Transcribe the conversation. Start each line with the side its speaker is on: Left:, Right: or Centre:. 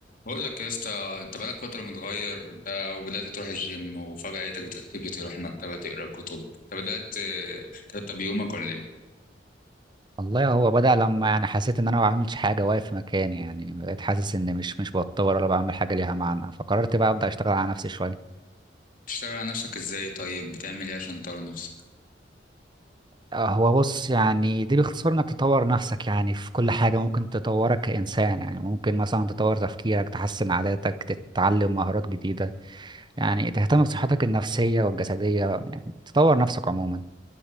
Left: بقول لك يا اسطى انت بقالك فتره متغير انت وبدات تروح الجيم وفجاه لقيتك بتختفي تروح المكتبه تقرا كتب انت بدات اه، ترتب يومك ولا ايه
Right: والله هو بدأ لما انا حسيت ان انا ما بعملش حاجه واقف في مكاني يعني بقيت حاسس ان مش مش بتطور ولا بعمل حاجه ليها معنى فقررت بقى ابدا اشتغل على نفسي شويه
Left: بتشتغل على نفسك ازاي طيب بتعمل ايه عشان تطور نفسك
Right: آه، هو بص يعني دي باختصار انك تطور نفسك يعني في كل حاجه ممكن تطورك كانسان يعني ممكن مثلا تطور تفكيرك تحسن عاداتك تتعلم مهارات جديده يعني تهتم بصحتك النفسيه والجسديه يعني تطور نفسك عموما